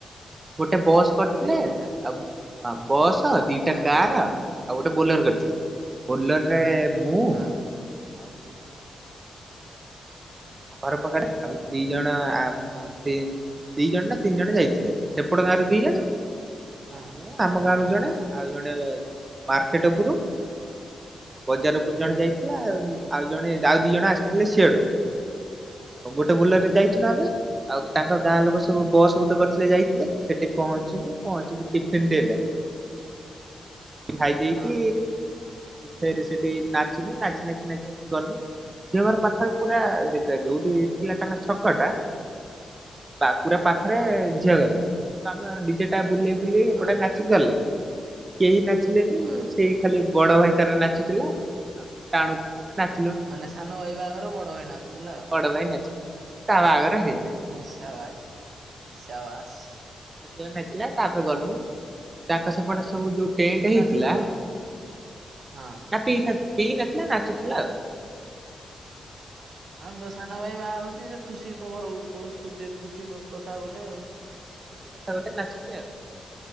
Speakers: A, on the right; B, on the right.
A: ଗୋଟେ ବସ୍ କରିଥିଲେ
B: ଦି ଘଣ୍ଟା
A: ଆଉ ହଁ ବସ୍ ଦିଟା
B: ହଁ
A: କାର ଆଉ ଗୋଟେ ବୋଲର କରିଥିଲେ। ବୋଲରରେ ମୁଁ ଆଉ
B: ହଁ
A: ମୋ ଘର ପାଖରେ ଆଉ ଦି ଜଣ ଆ
B: ହଁ
A: ଦି ଜଣ ନା ତିନି ଜଣ ଯାଇଥିଲେ ସେପଟ ଗାଁରୁ ଦି ଜଣ
B: ହଁ
A: ଆଉ ମୁଁ ଆମ ଗାଁରୁ ଜଣେ
B: ହଁ
A: ଆଉ ଜଣେ ମାର୍କେଟ ଉପରୁ ବଜାର ଉପରୁ
B: ହୁଁ
A: ଜଣେ ଯାଇଥିଲା ଆଉ ଜଣେ ଆଉ ଦିଜଣ ଆସିଥିଲେ ସିଆଡୁ। ଆଉ ଗୋଟେ ବୁଲେଟ୍
B: ହୁଁ
A: ରେ ଯାଇଥିଲୁ ଆମେ ଆଉ ତାଙ୍କ ଗାଁ ଲୋକ ସବୁ ବସ୍
B: ହୁଁ
A: ଗୋଟେ କରିଥିଲେ ଯାଇଥିଲେ। ସେଠି ପହଞ୍ଚିଲୁ ପହଞ୍ଚିକି ଟିଫିିନ ଦେଲେ। ଖାଇ ଦେଇକି
B: ହଁ
A: ଫେରି ସେଠି ନାଚିଲୁ ନାଚି ନାଚି ନାଚି ନାଚି ଗଲୁ ଝିଅ ଘର ପାଖରେ ପୁରା ଜ ଯୋଉଠି
B: ହୁଁ
A: ଥିଲା ତାଙ୍କ ଛକ ଟା ତା ପୁରା ପାଖରେ
B: ହଁ
A: ଝିଅ ଘର। କିନ୍ତୁ ଆମେ ଡିଜେ ଟା ବୁଲେଇ ବୁଲେଇ
B: ହଁ
A: ଏପଟେ ନାଚିକି ଗଲେ। କେହି ନାଚିଲେନି
B: ହଁ
A: ସେଇ ଖାଲି ବଡ ଭାଇ ତାର ନାଚୁଥିଲା ଆମକୁ ଟାଣୁଥିଲା ନାଚୁ
B: ମାନେ ସାନ ଭାଇ ବାହାଘର ବଡ ଭାଇ ନାଚୁଥିଲା ଆଉ।
A: ବଡ଼ ଭାଇ ନାଚି ଥିଲା। ତା ଆଗରେ ହେଇନାହିଁ।
B: ହଁ ଶବାସ ସାବାସ।
A: ଏମିତି ଆ ନାଚିଲା ତାପରେ ଗଲୁ ତାଙ୍କ ସେପଟେ ସବୁ ଯୋଉ ଟେଣ୍ଟ
B: ପିଇକି
A: ହେଇଥିଲା
B: ନାଚୁଥିବ ଆଉ। ହଁ
A: ନା ପ ପିଇ ନଥିଲା ନାଚୁଥିଲା ଆଉ।
B: ଓଁ ସାନ
A: ତାଙ୍କ
B: ଭାଇ
A: ସେପଟେ
B: ବାହା ହଉଚି ଯେ ଖୁସି ଖବର
A: ଖୁସିରେ
B: କଟେ ଖୁସି କଥା ଗୋଟେ ତ
A: କିଛି କଥା ଗୋଟେ ନାଚି ଚି ଆଉ।